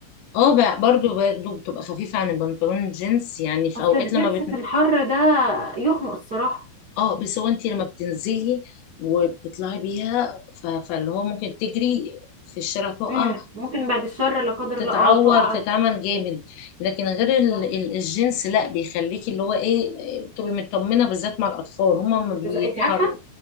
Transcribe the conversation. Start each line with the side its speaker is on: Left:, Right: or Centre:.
Left: اه بقى برضو
Right: سب-
Left: برضو بتبقى خفيفه عن البنطلون الجينز يعني في
Right: اصل
Left: اوقات
Right: الجينز
Left: لما بت...
Right: في الحر ده يخنق الصراحة
Left: اه بس هو انت لما بتنزلي وبتطلعي بيها ف... فاللي هو ممكن تجري في الشارع تقع
Right: امم ممكن بعد الشر لا قدر
Left: تتعور
Right: الله اه تقع
Left: تتعمل جامد لكن غير ال-
Right: صح
Left: ال- الجنس لا بيخليكي اللي هو ايه تبقي مطمنه بالذات مع الاطفال هما ما بيتحركوا
Right: بس انت عارفه